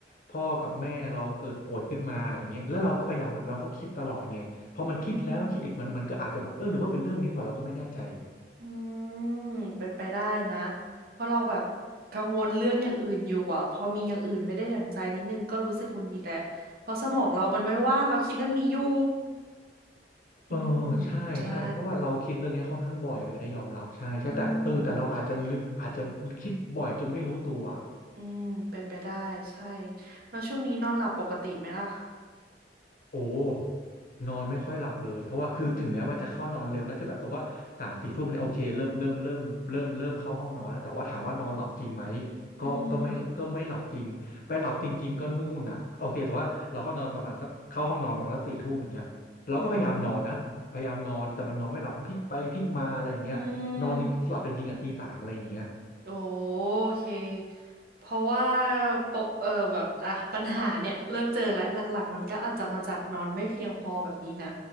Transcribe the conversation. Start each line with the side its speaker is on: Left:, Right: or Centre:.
Left: พ่อกับแม่เราเกิดป่วยขึ้นมาอย่างเงี้ยแล้วเราก็พยายามแบบเราก็คิดตลอดไง พอมันคิดแล้วคิดอีกมันมันก็อาจจะแบบเออหรือว่าเป็นเรื่องนี้หรือเปล่าเราก็ไม่แน่ใจ
Right: อืมอืมเป็นไปได้นะ เพราะเราแบบกังวลเรื่องอย่างอื่นอยู่อะพอมีอย่างอื่นไม่ได้ดั่งใจนิดนึงก็รู้สึกหงุดหงิดแหละเพราะสมองเรามันไม่ว่างเราคิดเรื่องนี้อยู่ อืม
Left: เออใช่ใช่เพราะว่าเราคิดเรื่องนี้ค่อนข้างบ่อยเลยนะยอมรับใช่ใช่แต่เออแต่เราอาจจะลืออาจจะคิดบ่อยจนไม่รู้ตัว
Right: ใช่ อืมอืมเป็นไปได้ ใช่แล้วช่วงนี้นอนหลับปกติไหมล่ะ
Left: โอ้นอนไม่ค่อยหลับเลย เพราะว่าคือถึงแม้ว่าจะเข้านอนเร็วนะคือแบบสมมติว่าสามสี่ทุ่มเนี่ยโอเคเริ่มเริ่มเริ่มเริ่มเริ่มเข้าห้องนอนแล้วแต่ว่าถามว่านอนหลับจริงไหม
Right: อืมอืม
Left: ก็ก็ไม่ก็ไม่หลับจริงไปหลับจริงๆก็นู่นอ่ะโอเคแต่ว่าเราเข้านอนประมาณสักเข้าห้องนอนประมาณสักสี่ทุ่มอย่างเงี้ยเราก็พยายามนอนนะพยายามนอนแต่มันนอนไม่หลับไปพลิกไปพลิกมาอะไรอย่างเงี้ยนอนจริงหลับจริงๆอ่ะตีสามอะไรอย่างเงี้ย
Right: อืมอืม โอเค เพราะว่าปกเออแบบอ่ะปัญหาเนี่ยเริ่มเจอแล้วหลักๆมันก็อาจจะมาจากนอนไม่เพียงพอแบบนี้นะ